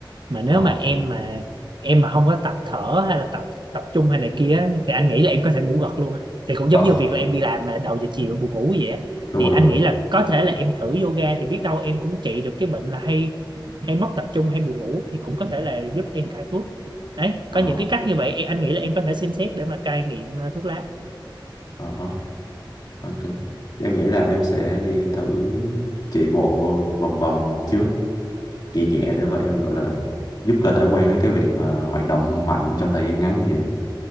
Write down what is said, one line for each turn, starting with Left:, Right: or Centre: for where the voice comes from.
Right: mà nếu
Left: ờ
Right: mà em mà em mà không có tập thở hay là tập tập trung hay này kia á, thì anh nghĩ là em có thể ngủ gật luôn á thì cũng
Left: ờ,
Right: giống như việc là em đi làm mà đầu giờ chiều buồn ngủ vậy á
Left: đúng
Right: thì
Left: rồi
Right: anh
Left: đúng rồi
Right: nghĩ là có thể là em thử yoga thì biết đâu em cũng trị được cái bệnh là hay hay mất tập trung hay buồn ngủ thì cũng có thể là giúp em cai thuốc đấy
Left: ờ
Right: có những cái cách như vậy em- anh nghĩ là em có thể xem xét để mà cai nghiện ờ, thuốc lá
Left: ờ hả, ok em nghĩ là em sẽ đi thử chạy bộ vòng vòng trước nhẹ nhẹ để mà em gọi là giúp cơ thể quen với cái việc mà hoạt động mạnh trong thời gian ngắn như vậy